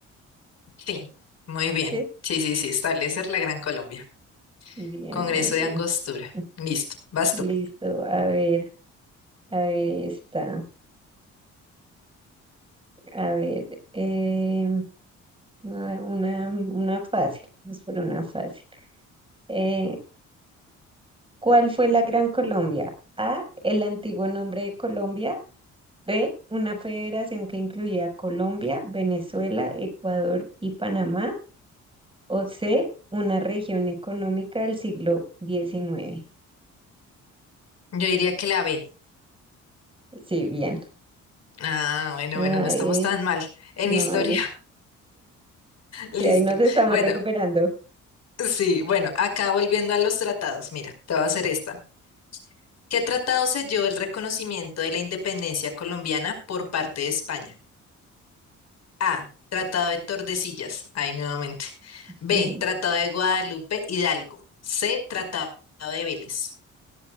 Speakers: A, on the left; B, on the right.
A: Sí, muy bien.
B: ¿sí?
A: Sí, sí, sí, establecer la Gran Colombia.
B: Bien,
A: Congreso
B: bien, bien.
A: de Angostura.
B: <laughs>
A: Listo, vas
B: Listo.
A: tú.
B: A ver, a ver esta. A ver, em, una, una una fácil. Vamos por una fácil. Eh, ¿cuál fue la Gran Colombia? A, el antiguo nombre de Colombia. B, una federación que incluía a Colombia, Venezuela, Ecuador y Panamá. O C, una región económica del siglo XIX.
A: Yo diría que la B.
B: Sí, bien.
A: Ah, bueno,
B: Ay,
A: bueno, no estamos tan mal en
B: no,
A: historia.
B: ahí,
A: Listo.
B: sí, ahí nos estamos
A: Bueno,
B: recuperando.
A: sí, bueno, acá volviendo a los tratados, mira, te voy a hacer esta. ¿Qué tratado selló el reconocimiento de la independencia colombiana por parte de España? A. Tratado de Tordesillas. Ahí nuevamente.
B: <laughs>
A: B. Tratado de Guadalupe Hidalgo. C. Tratado de Vélez.